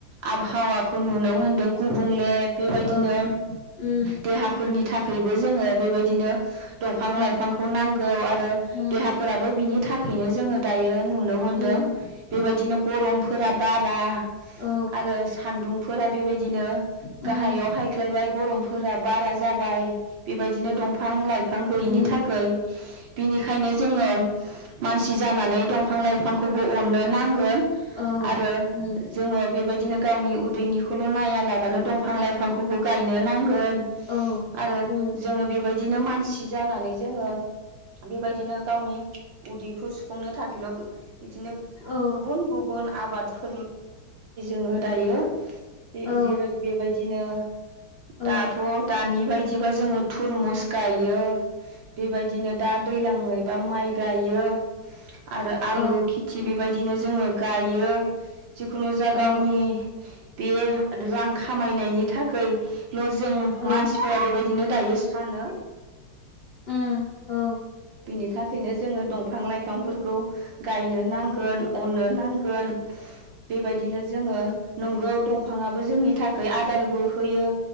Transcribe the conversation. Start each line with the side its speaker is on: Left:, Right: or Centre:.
Right: आबहावाखौ नुनो मोनदों गुबुंले बेबायदिनो
Left: औ उम
Right: देहाफोरनि था बेबो जोङो बेबायदिनो दंफां
Left: औ
Right: लाइफांखौ नांगौ आरो
Left: उम
Right: देहाफोराबो बिनि थाखैनो जोङो दायो नुनो मोनदों
Left: उम
Right: बेबायदिनो
Left: औ
Right: गरम फोरा बारा
Left: औ
Right: आरो सान्दुंफोरा बेबाय दिनो
Left: उम
Right: गाहायाव हायख्लायबाय गरम फोरा बारा जा बाय बे बायदिनो दं फां लाइफां गैयिनि
Left: उम
Right: थाखै बिनिखायनो जोङो मानसि जानानै दंफां लाइफांखौबो अननो नांगोन।
Left: औ
Right: आरो
Left: उम
Right: जोङो बेबाय दिनो गावनि उदैनिखौल' नायालाबानो दंफां लाइफांखौबो गायनो नांगोन।
Left: औ
Right: आरो
Left: उम
Right: जोङो बेबाय दिनो मानसि जानानै जोङो बेबायदिनो गावनि उदैखौ सुफुंनो थाखैल' बिदिनो
Left: औ
Right: गुबुन गुबुन आबादफोर जोङो दायो
Left: औ
Right: जेरै बेबायदिनो
Left: औ
Right: दाथ' दानि बाय दिबा जोङो थुरमुस गायो। बेबायदिनो दा दैलाङै बा माइ गायो। आरो आलु
Left: औ
Right: खिथि
Left: उम
Right: बेबायदिनो जोङो गायो जिखुनु जा
Left: औ
Right: गावनि बे रां खामायनायनि थाखाय ल' जों
Left: औ
Right: मानसिफोरा बेबाय दिनो दायो सानो।
Left: उम औ।
Right: बिनि थाखायनो जोङो दंफां लाइफांफोरखौ गायनो नांगोन, अननो नांगोन बेबायदिनो जोङो नंगौ दं फाङाबो जोंनि थाखाय आदारबो होयो।